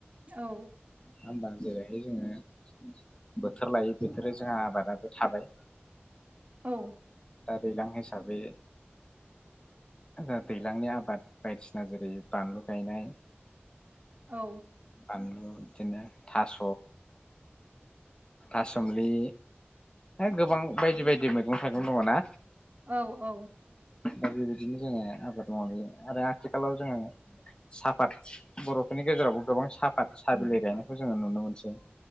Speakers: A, on the right (about 40°); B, on the left (about 25°).
A: औ
B: होबा जेरैहाय जोङो बोथोर लायै बोथोर जोंहा आबादाबो थाबाय
A: औ
B: दा दैलां हिसाबै दा दैज्लांनि आब आबाद बायदिसिना जेरै बानलु गायनाय
A: औ
B: बानलु बिदिनो थास' थासुमलि गोबां बायदि बायदि मैगं थाइगं दङ ना?
A: औ औ
B: दा बेबायदिनो जोङो आबाद मावयो आरो आथिखालाव जोङो साहाफात बर'फोरनि गेजेरावबो गोबां साहाफात साहा बिलाइ गायनायखौ जोङो नुनो मोनसै।